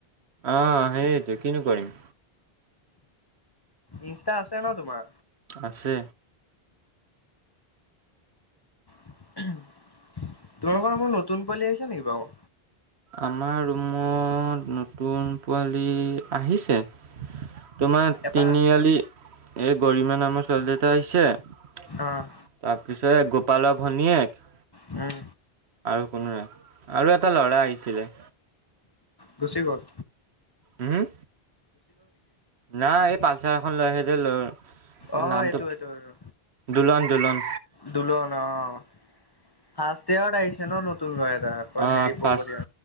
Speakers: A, on the right; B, on the left.
A: আহ সেইটো কিনো কৰিম।
B: ইনষ্টা আছে ন তোমাৰ?
A: আছে।
B: তোমালোকৰ ৰুমত নতুন পোৱালি আহিছা নেকি বাৰু?
A: আমাৰ ৰুমত নতুন পোৱালি আহিছে। তোমাৰ
B: এটা
A: তিনিআলি এই গৰিমা নামৰ ছোৱালী এটা আহিছে। তাৰপিছত
B: অ'
A: গোপালৰ ভনীয়েক।
B: উম।
A: আৰু কোনো নাই আৰু এটা ল'ৰা আহিছিলে।
B: গুচি কত?
A: উম। নাই এই পালচাৰ এখন লৈ আহ যে,
B: অ'
A: নামটো
B: এইটো এইটো এইটো
A: দুলন, দুলন।
B: দুলন অ' ফাৰ্ষ্ট ইয়ত আহিছে ন নতুন লৰা এটা? আকৌ
A: অ
B: হেৰি
A: ফাৰ
B: পৰ্বতীয়া